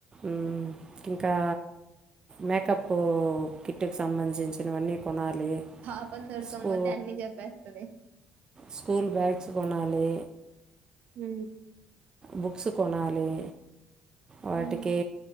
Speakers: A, on the right (about 25°); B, on the right (about 65°).
A: మ్ ఇంకా మేకప్ కిట్టుకు సంబంధించినవన్నీ కొనాలి
B: హా ప ధొడకమోత
A: స్కూ
B: అన్ని జప్పేస్తంది
A: స్కూల్ బ్యాగ్స్ కొనాలి
B: హ
A: బుక్స్ కొనాలి వాటికి
B: ఉమ్